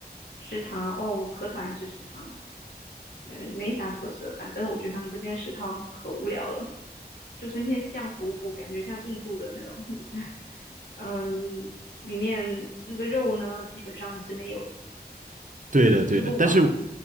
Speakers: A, on the left (about 85°); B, on the right (about 50°).
A: 食堂？哦，可讨厌吃食堂，嗯，没啥特色。反正我觉得他们这边食堂可无聊了，就是那些酱糊糊，感觉像印度的那种。<laughs> 嗯，里面那个肉呢，基本上是没有的，
B: 对的，
A: 吃不饱。
B: 对的，但是我，